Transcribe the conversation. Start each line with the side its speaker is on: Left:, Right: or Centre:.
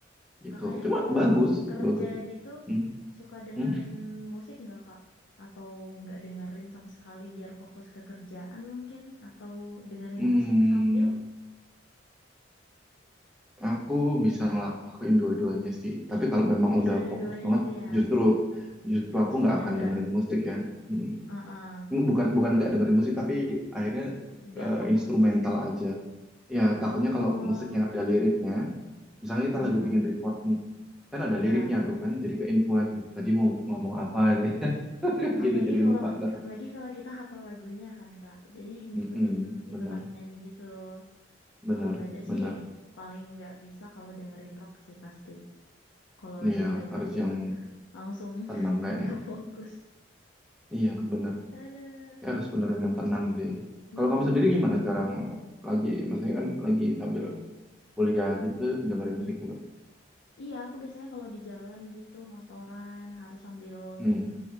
Centre: gitu.
Left: Kakaknya
Centre: Cuma
Left: kalau
Centre: bagus,
Left: kerja
Centre: bagus.
Left: gitu
Centre: Hmm,
Left: suka dengerin
Centre: hmm.
Left: musik nggak Kak? Atau nggak dengerin sama sekali biar fokus ke kerjaan mungkin? Atau dengerin
Centre: Hmm,
Left: musik sambil?
Centre: aku bisa ngelakuin dua-duanya sih. Tapi kalau memang
Left: Oh bisa
Centre: udah
Left: dua-duanya
Centre: fokus banget,
Left: gitu ya.
Centre: justru justru
Left: Musiknya
Centre: aku nggak akan
Left: nggak
Centre: dengerin musik ya. Hmm.
Left: uh
Centre: Bukan bukan nggak dengerin musik, tapi akhirnya
Left: nggak
Centre: eh,
Left: fokus.
Centre: instrumental aja. Ya
Left: Oh,
Centre: takutnya kalau musik yang ada liriknya misalnya kita
Left: mm-mm.
Centre: lagi bikin report nih kan ada
Left: Iya.
Centre: liriknya tuh kan jadi ke influence "Duh, tadi mau ngomong apa itu ya?" <laughs>
Left: Apalagi
Centre: gitu jadi
Left: kalau
Centre: lupa ntar
Left: apalagi kalau kita hafal lagunya kan Kak. Jadi ngikutin
Centre: Mm-mm, bener
Left: ikutan nyanyi gitu.
Centre: bener
Left: Kalau belajar
Centre: bener
Left: sih paling nggak bisa kalau dengerin rock sih pasti. Kalau
Centre: nih
Left: lagi
Centre: ya
Left: belajar
Centre: harus
Left: gitu.
Centre: yang
Left: langsung <laughs>
Centre: tenang kayaknya
Left: nggak fokus.
Centre: iya bener
Left: Ada.
Centre: Kayak harus beneran yang tenang sih
Left: Mm-mm.
Centre: kalau kamu sendiri gimana sekarang lagi maksudnya kan lagi sambil kuliah gitu dengerin musik juga
Left: Iya, aku biasanya kalau di jalan gitu motoran harus sambil
Centre: hmm
Left: main